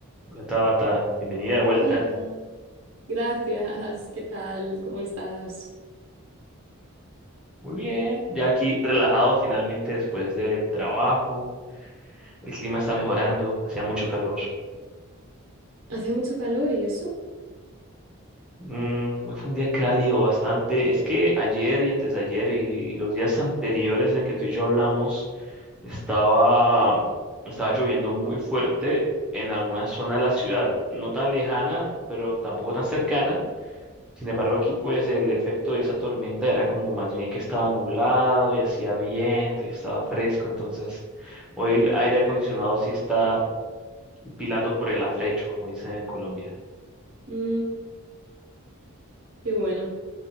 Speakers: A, in the centre; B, on the right.
A: Hola Tabata, bienvenida de vuelta.
B: Hola, gracias, ¿qué tal? ¿Cómo estás?
A: Muy bien, ya aquí relajado finalmente después del trabajo. El clima está mejorando, hacía mucho calor.
B: Hace mucho calor y eso.
A: Mm, hoy fue un día cálido bastante. Es que ayer y antes de ayer y, y los días anteriores en que tú y yo hablamos, estaba, estaba lloviendo muy fuerte en alguna zona de la ciudad, no tan lejana, pero tampoco tan cercana. Sin embargo, aquí pues el efecto de esa tormenta era como más bien que estaba nublado y hacía viento y estaba fresco, entonces hoy el aire acondicionado sí está pilando por el afrecho, como dicen en Colombia.
B: Mm, qué bueno.